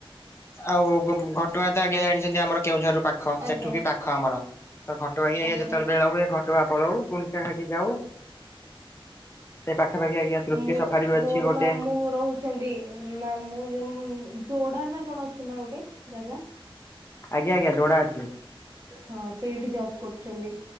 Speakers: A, on the left (about 25°); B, on the right (about 35°).
A: ଆଉ ଘଟଗାଁ ତ ଆଜ୍ଞା ଜାଆଣିଚନ୍ତି ଆମର କେଉଁଝରରୁ ପାଖ
B: ଆଜ୍ଞା
A: ସେଠୁ ବି ପାଖ ଆମର ତ ଘଟଗାଁ ଏ
B: ଆଜ୍ଞା।
A: ଏ ଯେତେବେଳେ ହୁଏ ଘ୍ ଘଟଗାଁ ପଳଉ ଗୁଣ୍ଡଚା ଖାଇକି ଯାଉ। ସେଇ ପାଖାପାଖି ଆଜ୍ଞା ତୃପ୍ତି
B: ମୁଁ
A: ସଫାରି ବି ଅଛି
B: ମୋର
A: ଗୋଟେ
B: ମାମୁଁ ରହୁଛନ୍ତି ମାମୁଁ ଯୋଉ ଯୋଡା ନା କଣ ଅଛି ନା ଗୋଟେ ଜାଗା?
A: ଆଜ୍ଞା ଆଜ୍ଞା ଯୋଡା ଅଛି।
B: ହଁ ସେଇଠି ଜବ କରୁଚନ୍ତିି